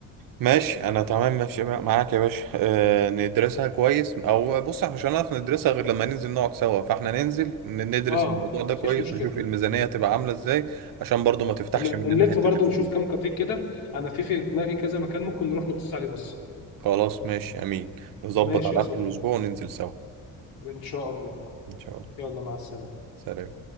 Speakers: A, on the right; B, on the left.
A: ماشي انا تمام ماشي معاك يا باشا أه ندرسها كويس او بص احنا مش هنعرف ندرسها غير لما ننزل نقعد سوا فاحنا ننزل ن- ندرس
B: اه
A: الموضوع ده
B: مفيش
A: كويس
B: مشكله
A: نشوف الميزانية تبقى عاملة ازاي عشان برضو ما تفتحش
B: تمام
A: مننا
B: ونلف
A: حتة
B: برضو
A: الفلوس
B: نشوف كام كافيه كده انا في في دماغي كذا مكان ممكن نروح نبص عليه بص
A: خلاص ماشي امين نظبط
B: ماشي
A: على
B: يا صديقي
A: اخر الاسبوع وننزل سوا
B: ان شاء الله
A: ان شاء الله
B: يلا مع السلامة
A: سلام